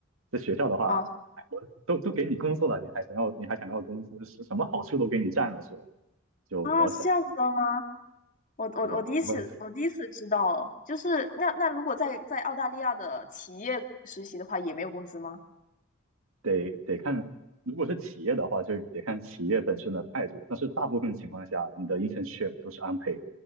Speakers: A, on the right (about 80°); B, on the left (about 40°).
A: 在学校的话，
B: 啊？
A: 哎我都都给你工作了，你还想要你还想要工资，是什么好处都给你占了是吧？就不要想了，
B: 啊，是这样子的吗？我我我第一次我第一次知道哦就是那那如果在在澳大利亚的企业实习的话，
A: 是的，我们
B: 也没有工资吗？
A: 得得看，如果是企业的话，就得看企业本身的态度。但是大部分情况下，你的 internship 都是 unpaid。